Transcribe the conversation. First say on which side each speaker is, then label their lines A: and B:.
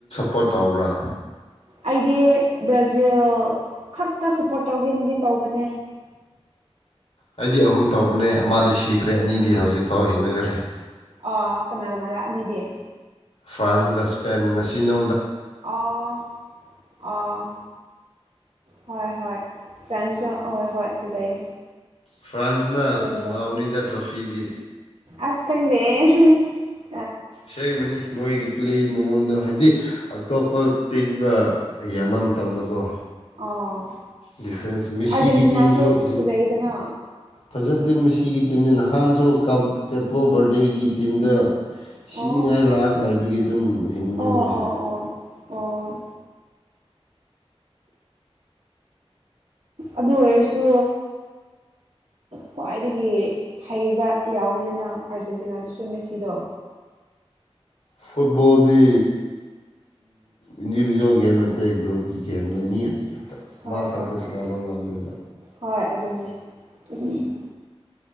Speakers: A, on the left; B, on the right.
A: ꯄꯣꯔꯠ ꯇꯧꯕ꯭ꯔꯥ
B: ꯑꯩꯗꯤ ꯕ꯭ꯔꯥꯖꯤꯜ ꯈꯛꯇ ꯁꯞꯄꯣꯔꯠ ꯇꯧꯒꯦꯅꯗꯤ ꯇꯧꯕꯅꯦ
A: ꯑꯩꯗꯤ ꯑꯍꯨꯝ ꯇꯧꯕꯅꯦ ꯑꯃꯥꯗꯤ ꯁꯤꯈ꯭ꯔꯦ ꯑꯅꯤꯗꯤ ꯍꯧꯖꯤꯛ ꯐꯥꯎ ꯍꯤꯡꯔꯒ ꯂꯩ
B: ꯑꯥ ꯀꯅꯥ ꯀꯅꯥꯔ ꯑꯅꯤꯗꯤ
A: ꯐ꯭ꯔꯥꯟꯁꯒ ꯏꯁꯄꯦꯟ ꯉꯁꯤ ꯅꯨ
B: ꯑꯣ ꯑꯣ ꯍꯣꯏ ꯍꯣꯏ ꯐ꯭ꯔꯦꯟꯁꯨ ꯑꯣ ꯍꯣꯏ ꯐꯖꯩꯌꯦ
A: ꯐ꯭ꯔꯥꯟꯁꯅ
B: ꯄ꯭ꯂꯦꯗ
A: ꯂꯥꯎꯅꯤꯗ ꯇ꯭ꯔꯣꯐꯤꯗꯤ
B: ꯑꯁ ꯈꯪꯗꯦ ꯍꯍ
A: ꯁꯦꯡꯕꯅꯤ ꯃꯣꯏꯒꯤ ꯄ꯭ꯂꯦ ꯃꯉꯣꯟꯗ ꯍꯥꯏꯕꯗꯤ ꯑꯇꯣꯞꯄ ꯇꯤꯝꯒ ꯌꯦꯡꯕ ꯃꯇꯝꯗꯀꯣ
B: ꯑꯣ
A: ꯗꯤꯐ꯭ꯔꯦꯟꯁ ꯃꯤꯁꯤꯒꯤ
B: ꯑꯥꯔꯖꯦꯟꯇꯤꯅꯥꯁꯨ
A: ꯇꯤꯝꯁꯨ ꯍꯧꯖꯤꯛ
B: ꯐꯖꯩꯗꯅ
A: ꯐꯖꯗꯦ ꯃꯤꯁꯤꯒꯤ ꯇꯤꯝꯅ ꯅꯍꯥꯟꯁꯨ ꯀꯞ ꯀꯦꯄꯣ ꯕꯔꯗꯦꯒꯤ ꯇꯤꯝꯗ
B: ꯑꯣ
A: ꯁꯤꯅꯤꯡꯉꯥꯏ ꯂꯥꯛ ꯂꯩꯕꯒꯤ ꯑꯗꯨꯝ ꯍꯤꯡꯕꯅꯤ
B: ꯑꯣ
A: ꯃꯣꯏꯁꯦ
B: ꯑꯣ ꯑꯣ ꯑꯣ ꯑꯗꯨ ꯑꯣꯏꯔꯁꯨ ꯈ꯭ꯋꯥꯏꯗꯒꯤ ꯍꯩꯕ ꯌꯥꯎꯋꯤꯗꯅ ꯑꯥꯔꯖꯦꯟꯇꯤꯅꯥꯗꯨꯁꯨ ꯃꯦꯁꯤꯗꯣ
A: ꯐꯨꯠꯕꯣꯜꯗꯤ ꯏꯟꯗꯤꯚꯖꯨꯋꯦꯜ ꯒꯦꯝ ꯅꯠꯇꯦ ꯒ꯭ꯔꯨꯞꯀꯤ ꯒꯦꯝꯅꯦ ꯃꯤ
B: ꯍꯣꯏ
A: ꯃꯥ ꯈꯛꯇ
B: ꯍꯣꯏ ꯍꯣꯏ
A: ꯁꯟꯅꯕ ꯉꯝꯗꯦꯕ
B: ꯍꯣꯏ ꯑꯗꯨꯅꯦ ꯎꯝ